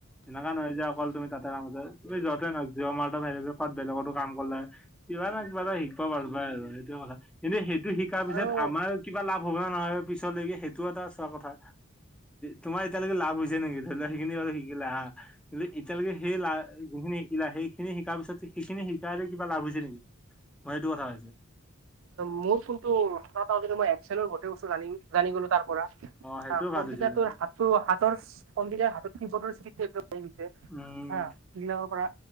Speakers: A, in the centre; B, on the right.
A: এনেকা নহয় যে অকল তুমি তাতে কামতে, তুমি যতে নহয় বেলেগতো কাম কৰিলে, কিবা না কিবা এটা শিকিব পাৰো পাই আৰু সেইটো কথা। কিন্তু সেইটো শিকাৰ পিছত
B: আৰু
A: আমাৰ কিবা লাভ হ'ব নাই পিছলৈকে সেইটোও এটা চোৱা কথা। তোমাৰ এতিয়ালৈকে লাভ হৈছে নেকি ধৰি লও সেই খিনি বাৰু শিকিলা হা। কিন্তু এতিয়ালৈকে সেই জোন খিনি শিকিলা সেই খিনি শিকাৰ পিছত সেইখিনি শিকাইছে কিবা লাভ হৈছে নেকি? মই সেইটো কথা হৈছে?
B: মোৰ ফোনটো <unintelligible> একচেলৰ গোটেই বস্তু জানি জানি গ'লো তাৰ পৰা। অ'
A: সেইটো ভাল
B: কম্পিউটাৰটোৰ
A: হৈছে যেন।
B: হাত। <unintelligible>
A: উম,
B: সিবিলাকৰ পৰা